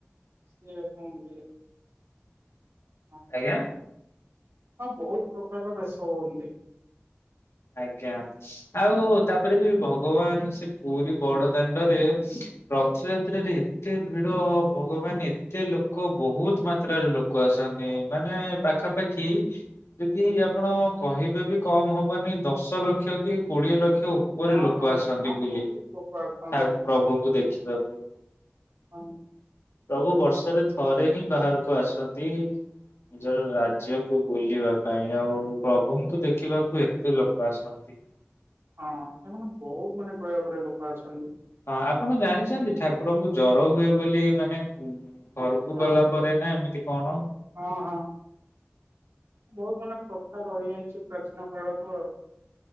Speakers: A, on the right; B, on the left.
A: <unintelligible> ହଁ
B: ଆଜ୍ଞା।
A: ହଁ ବହୁତ ପ୍ରକାର ବେଶ ହୁଅନ୍ତି।
B: ଆଜ୍ଞା ଆଉ ତାପରେ ବି ଭଗବାନ ସେ ପୁରୀ ବଡ ଦାଣ୍ଡରେ ରଥଯାତ୍ରାରେ ଏତେ ଭିଡ ଭଗବାନ ଏତେ ଲୋକ ବହୁତ ମାତ୍ରାରେ ଲୋକ ଅ ସନ୍ତି ମାନେ ପାଖାପାଖି ଯଦି ଆପଣ କହିବେ ବି କମ ହବନି ଦଶ ଲକ୍ଷ କି କୋଡିଏ ଲକ୍ଷ ଖ ଉପରେ
A: ହଁ
B: ଲୋକ
A: ହଁ
B: ଆସନ୍ତି
A: ହଁ
B: ବୁଲି
A: ବହୁତ
B: ତା
A: ଲୋକ ଆସନ୍ତି
B: ପ୍ରଭୁଙ୍କୁ ଦେଖିବାକୁ।
A: ହଉ।
B: ପ୍ରଭୁ ବର୍ଷରେ ଥରେ ହିଁ ବାହାରକୁ ଆସନ୍ତି। ନିଜର ରାଜ୍ୟକୁ ବୁଲିବା ପାଇଁ ଆଉ ପ୍ରଭୁଙ୍କୁ ଦେଖିବାକୁୁ କେତେ ଲୋକ ଆସନ୍ତି।
A: ହଁ ସେମାନେ ବହୁତ ମାନେ କହିବାକୁ ଗଲେ ଲୋକ ଆସନ୍ତି।
B: ହଁ ଆପଣ ଜାଣିଛନ୍ତି ଠାକୁରଙ୍କୁ ଜର ହୁଏ ବୋଲି ମାନେ
A: ହଁ
B: ଘରକୁ
A: ହଁ
B: ଗଲା ପରେ ନା ଏମିତି କଣ
A: ହଁ ହଁ ବହୁତ ମାନେ ପ୍ରଥା ରହିଯାଇଛି ପ୍ରାଚୀନ କାଳ ରୁ ଆଉ।